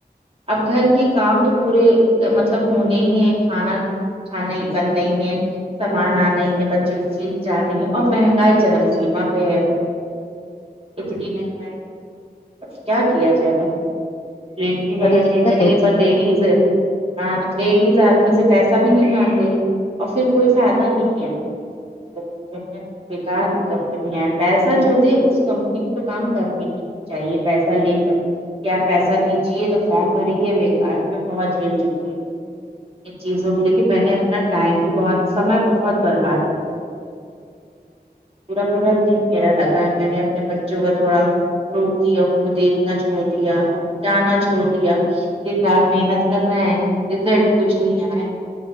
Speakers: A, on the right; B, on the left.
A: اب گھر کے کام تو پورے مطلب ہونے ہی ہے کھانا کھانائ بنائ ہے کمانا نہیں ہے بچوں کی فیس جانی ہے اور مہنگائی چرم سیما پے ہے اب اتنی مہنگائی اب کیا کیا جائے بولیے اگر
B: بڑی
A: نہیں
B: دقت
A: چلیں
B: رہتی
A: گے پر لیڈیز ہے ہاں لیڈیز آدمی سے پیسہ بھی نہیں مانگرے اور فیر کوئی فائدہ نہیں ہے <unintelligible> بیکار کی کمپنییاں ہے پیسہ جو دے اس کمپنی تو کام کرنے کی چاہیے پیسہ لے کر یا پیسہ دی جیے تو فارم بھری ہے بےیکار میں بہت جھیل چکی ہے ان چیزوں کے لے کے میں نے اپنا ٹائم بھی بہت سمے بہت برباد کیا ہے پورا پورا دن میرا لگا ہے میں نے اپنے بچوں کا تھوڑا روک دیا ان کو دیکھنا چھوڑ دیا جانا چھوڑ دیا دن رات محنت کر رہے ہے رزلٹ کچھ نہیں آیا